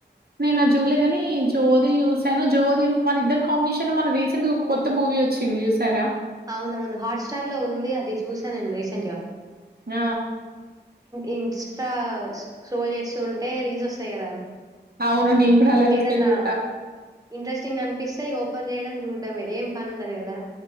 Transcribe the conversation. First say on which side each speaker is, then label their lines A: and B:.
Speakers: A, on the right; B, on the right.
A: నేనది జూడ్లే గాని, జో ది జూశాను జో దీ వాళ్ళ ఇద్దరి కాంబినేషన్ మల రీసెంట్ ఒక కొత్త మూవీ వచ్చింది చూసార?
B: అవునవును హాట్స్టార్ లో ఉంది అది చూశా నేను రీసెంట్ గా.
A: ఆ
B: ఇన్స్టా స్ట్రోల్ చేస్తు ఉంటే రీల్స్ ఒస్తయి కదా
A: అవును నేను కూడా అలా చూసే
B: ఏదన్నా
A: చూస్తా
B: ఇంట్రెస్టింగ్ అనిపిస్తే ఇగ ఓపెన్ చేయడం చూడ డమే ఏం పని ఉండదు కదా.